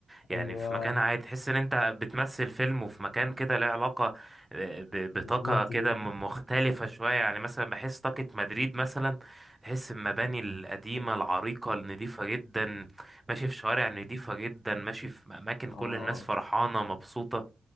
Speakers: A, in the centre; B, on the left (about 75°).
A: يعني
B: ايوه
A: في مكان عادي تحس ان انت بتمثل فيلم وفي مكان كده له علاقة آه، ب... بطاقة
B: بالظبط
A: كده
B: كده
A: م- مختلفة شوية يعني مثلا بحس طاقة مدريد مثلا تحس المباني القديمة العريقة النظيفة جدا ماشي في شوارع نظيفة جدا ماشي في اماكن
B: اه
A: كل الناس فرحانة مبسوطة